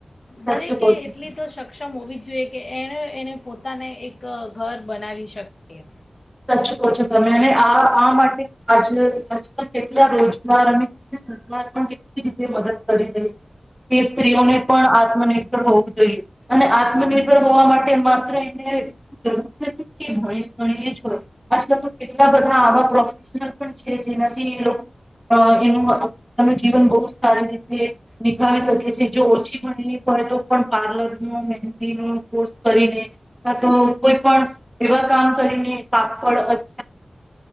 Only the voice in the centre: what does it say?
સાચું
કહો છો
તમે.
ચકો છ. તમે અને આ આ માટે આજ આજ કેટલા રોજગાર અને સરકાર પણ કેટલી રીતે મદદ કરી રહી છે, કે સ્ત્રીઓને પણ આત્મનિર્ભર હોવું જોઈએ, અને આત્મનિર્ભર હોવા માટે માત્ર એને જરૂરી નથી, કેણી ગણી આજકાલ તો કેટલા બધા આવા પ્રોફેશનલ પણ છે જેનાથી, એ લોકો એનું જીવન બહ સારી રીતે નિભાવી શકે છે. જો ઓછી મળ હોય તો પણ પાર્લર ન મહેંદી ન કોર્સ કરીને તો કોઈ પણ એવા કામ કરીને પા અચારધ